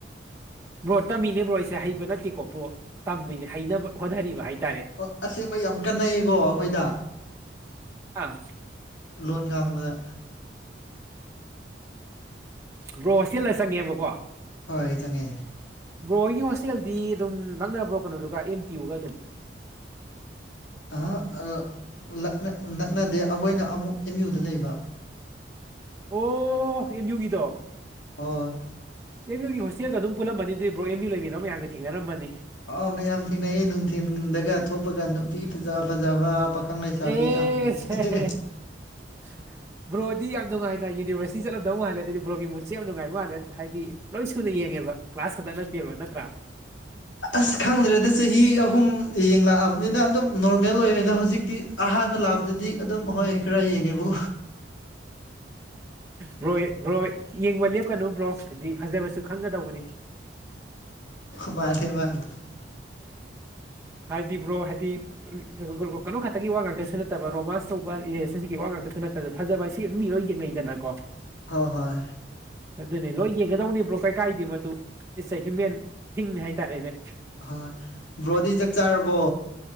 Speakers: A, on the right; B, on the left.
A: ꯕ꯭ꯔꯣ ꯇꯝꯃꯤꯅꯦ ꯕ꯭ꯔꯣ ꯑꯩꯁꯦ ꯍꯩꯕ ꯅꯠꯇꯦꯀꯣ ꯕ꯭ꯔꯣ ꯇꯝꯃꯤꯅꯦ ꯍꯩꯅꯕ ꯍꯣꯠꯅꯔꯤꯕ ꯍꯥꯏꯇꯥꯔꯦ꯫
B: ꯑꯣ ꯑꯁꯦꯡꯕ ꯌꯥꯝ ꯀꯥꯟꯟꯅꯩꯌꯦꯀꯣ ꯑꯩꯈꯣꯏꯗ꯫
A: ꯑꯥ
B: ꯂꯣꯟ ꯉꯥꯡꯕꯗ꯫
A: ꯕ꯭ꯔꯣ ꯍꯣꯁꯇꯦꯜꯗ ꯆꯪꯉꯦꯕꯀꯣ꯫
B: ꯍꯣꯏ ꯆꯪꯉꯦ꯫
A: ꯕ꯭ꯔꯣ ꯍꯣꯏꯒꯤ ꯍꯣꯁꯇꯦꯜꯗꯤ ꯑꯗꯨꯝ ꯅꯛꯅꯕ꯭ꯔꯣ ꯀꯩꯅꯣꯗꯨꯒ ꯑꯦꯝ ꯇꯤꯌꯨꯒ ꯑꯗꯨꯝ꯫
B: ꯑꯍꯥ ꯑ ꯂꯛꯅ ꯅꯛꯅꯗꯦ ꯑꯩꯈꯣꯏꯅ ꯑꯃꯨꯛ ꯑꯦꯝ ꯌꯨꯗ ꯂꯩꯕ꯫
A: ꯑꯣ ꯑꯦꯝꯌꯨꯒꯤꯗꯣ꯫
B: ꯑꯣꯏ꯫
A: ꯑꯦꯝ ꯌꯨꯒꯤ ꯍꯣꯁꯇꯦꯜꯒ ꯑꯗꯨꯝ ꯄꯨꯜꯂꯝꯃꯅꯤ ꯑꯗꯨꯗꯤ ꯕ꯭ꯔꯣ ꯑꯦꯝ ꯌꯨ ꯂꯩꯃꯤꯟꯅ ꯃꯌꯥꯝꯒ ꯊꯦꯡꯅꯔꯝꯃꯅꯤ꯫
B: ꯑꯥꯎ ꯃꯌꯥꯝ ꯊꯦꯡꯅꯩꯌꯦ ꯅꯨꯡꯊꯤꯟꯗꯒ ꯊꯣꯛꯄꯒ ꯅꯨꯄꯤ ꯐꯖ ꯐꯖꯕ꯫ ꯄꯥꯈꯪ ꯂꯩꯁꯥꯕꯤ
A: ꯑꯦꯁ
B: ꯌꯥꯝ ꯎꯏꯌꯦ꯫
A: <inaudible> ꯕ꯭ꯔꯣꯗꯤ ꯌꯥꯝ ꯅꯨꯡꯉꯥꯏꯅ ꯌꯨꯅꯤꯚꯔꯁꯤꯇꯤ ꯆꯠꯂꯝꯗꯧ ꯃꯥꯜꯂꯦ ꯑꯗꯨꯗꯤ ꯕ꯭ꯔꯣꯒꯤ ꯃꯨꯠꯁꯦ ꯌꯥꯝ ꯅꯨꯡꯉꯥꯏꯕ ꯃꯥꯜꯂꯦ ꯍꯥꯏꯗꯤ꯫ ꯂꯣꯏ ꯁꯨꯅ ꯌꯦꯡꯉꯦꯕ ꯀ꯭ꯂꯥꯁ ꯈꯛꯇ ꯅꯠꯇꯦꯕ ꯅꯠꯇ꯭ꯔꯥ꯫
B: ꯑꯁ ꯈꯪꯗ꯭ꯔꯦꯗ ꯆꯍꯤ ꯑꯍꯨꯝ ꯌꯦꯡꯂꯛꯑꯕꯅꯤꯅ ꯑꯗꯨꯝ ꯅꯣꯔꯃꯦꯜ ꯑꯣꯏꯔꯦꯗ ꯍꯧꯖꯤꯛꯇꯤ꯫ ꯑꯍꯥꯟꯕ ꯂꯥꯛꯄꯗꯗꯤ ꯑꯗꯨꯝ ꯍꯣꯏ ꯈꯔ ꯌꯦꯡꯉꯦꯕꯨ꯫
A: ꯕ꯭ꯔꯣ ꯕ꯭ꯔꯣ ꯌꯦꯡꯕ ꯂꯦꯞꯀꯅꯨ ꯕ꯭ꯔꯣ ꯍꯥꯏꯗꯤ ꯐꯖꯕꯁꯨ ꯈꯪꯒꯗꯧꯕꯅꯤ꯫
B: ꯃꯥꯟꯅꯦ ꯃꯥꯟꯅꯦ꯫
A: ꯍꯥꯏꯗꯤ ꯕ꯭ꯔꯣ ꯍꯥꯏꯗꯤ꯫ ꯀꯩꯅꯣ ꯈꯛꯇꯒꯤ ꯋꯥ ꯉꯥꯛꯇꯁꯨ ꯅꯠꯇꯕ ꯔꯣꯃꯥꯟꯁ ꯇꯧꯕ ꯔꯤꯂꯦꯁꯟꯒꯤ ꯋꯥ ꯉꯥꯛꯇꯁꯨ ꯅꯠꯇ꯫ ꯐꯖꯕ ꯍꯥꯏꯁꯤ ꯃꯤ ꯂꯣꯏ ꯌꯦꯡꯅꯩꯗꯅꯀꯣ꯫
B: ꯍꯣꯏ ꯍꯣꯏ꯫
A: ꯑꯗꯨꯅꯦ ꯂꯣꯏ ꯌꯦꯡꯒꯗꯧꯅꯦ ꯕ꯭ꯔꯣ ꯀꯩ ꯀꯥꯏꯗꯤ ꯃꯗꯨ꯫ ꯏꯠꯁ ꯑ ꯍ꯭ꯌꯨꯃꯦꯟ ꯊꯤꯡ ꯍꯥꯏꯇꯥꯔꯦꯅꯦ꯫
B: ꯍꯣꯏ ꯕ꯭ꯔꯣꯗꯤ ꯆꯥꯛ ꯆꯥꯔꯕꯣ꯫